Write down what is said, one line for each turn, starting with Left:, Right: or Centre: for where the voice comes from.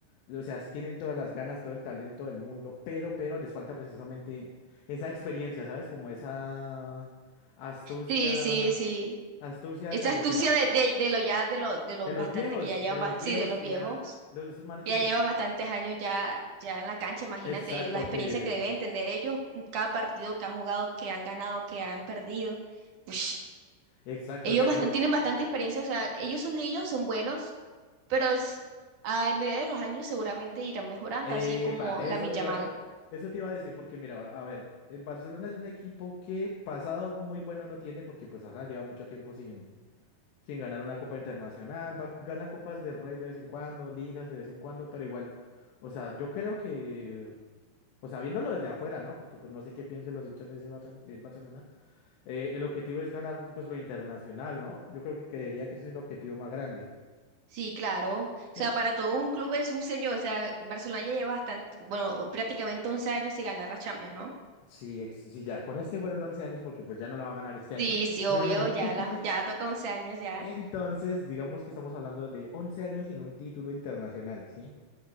Left: o sea, sí tienen todas las ganas, todo el talento del mundo, pero, pero les falta precisamente esa experiencia, ¿sabes? Como esa astucia,
Right: Sí, sí, sí.
Left: astucia
Right: Esa
Left: callejera.
Right: astucia de, de, de lo ya, de lo, de lo
Left: De los
Right: bastante
Left: viejos,
Right: que ya llevan,
Left: de
Right: ba-
Left: los viejos
Right: sí, de los
Left: que
Right: viejos.
Left: ya, los- esos manes
Right: Ella
Left: que ni
Right: lleva
Left: siquiera...
Right: bastantes años ya, ya en la cancha, imagínate
Left: Exacto,
Right: la experiencia
Left: que...
Right: que deben tener ellos, mm, cada partido que han jugado, que han ganado, que han perdido. Ush,
Left: Exacto,
Right: ellos
Left: o sea,
Right: bastan-
Left: yo...
Right: tienen bastante experiencia, o sea, ellos son niños, son buenos, pero es- a medida de los años seguramente irán mejorando,
Left: Epa,
Right: así como
Left: eso
Right: la Yamal.
Left: te iba, eso te iba a decir, porque mira, a ver, el Barcelona es un equipo que pasado muy bueno no tiene, porque pues ajá, lleva mucho tiempo sin, sin ganar una copa internacional, va- gana copas del Rey de vez en cuando, ligas de vez en cuando, pero igual, o sea, yo creo que, o sea, viéndolo desde afuera, ¿no? Porque pues no sé qué piensen los hinchas de ese Barcel- del Barcelona, eh, el objetivo es ganar pues lo internacional, ¿no? Yo creo que creería que ese es el objetivo más grande.
Right: Sí, claro. O sea,
Left: Eh,
Right: para todo un club es un señor, o sea, Barcelona ya lleva bastante, bueno, o prácticamente 11 años sin ganar la Champions, ¿no?
Left: Sí, ex- sí, ya, con este fueron 11 años porque pues ya no la va a ganar este año.
Right: Sí, sí,
Left: <laughs>
Right: obvio, ya, la- ya toca 11 años ya.
Left: Entonces, digamos que estamos hablando de 11 años sin un título internacional, ¿sí?